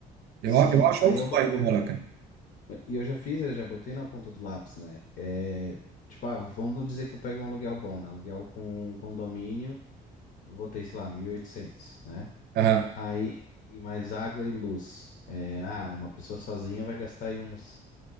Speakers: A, on the right; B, on the left.
A: Eu,
B: Sim,
A: a- eu acho
B: aí
A: altos
B: eu, bo-
A: bairros pra morar, cara.
B: e eu já fiz, eu já botei na ponta do lápis, né? É, tipo, ah, vamos dizer que eu pego um aluguel bom, né? Aluguel com condomínio, eu botei, sei lá, mil e oitocentos né?
A: Aham,
B: Aí, e mais água e luz. É, ah, uma pessoa sozinha vai gastar aí uns